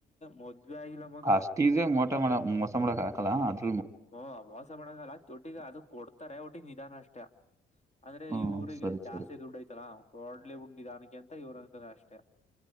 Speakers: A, on the left (about 35°); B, on the right (about 15°).
A: ಮದ್ವೆ ಆಗಿಲ್ಲ ಮಗ
B: ಅಷ್ಟ್ ಈಜಿಯಾಗ್ ಮೋಟ ಮಾಡ ಮೋಸ ಮಾಡಕ ಅಲಾ ಅದು
A: ಹೂಂ ಮೋಸ ಮಾಡಂಗಲ್ಲ ಚೊಟ್ಟಿಗೆ ಅದು ಕೊಡ್ತಾರೆ ಒ ಟಿಗ್ ನಿಧಾನ ಅಷ್ಟೆ ಅಂದ್ರೆ
B: ಹ್ಮ
A: ಇವ್ರಿಗೆ
B: ಸರಿ
A: ಜಾಸ್ತಿ
B: ಸರಿ
A: ದುಡ್ ಐತಲ್ಲಾ ಕೊಡ್ಲಿ ಬಿಡು ನಿಧಾನುಕೆ ಅಂತ ಇವ್ರ್ ಅಂತಾರ್ ಅಷ್ಟೇ